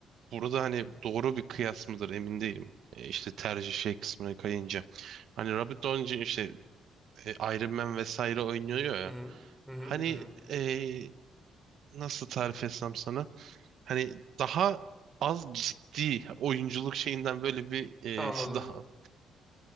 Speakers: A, on the right; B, in the centre.
A: burada hani doğru bir kıyas mıdır emin değilim. E, işte tercih şey kısmına kayınca. Hani Robert Downey Jr. işte e, Iron Man vesaire oynuyor ya.
B: hı hı hı hı.
A: Hani
B: hı hı.
A: e, nasıl tarif etsem sana? Hani daha az ciddi oyunculuk şeyinden böyle bir e,
B: Anladım
A: şey daha.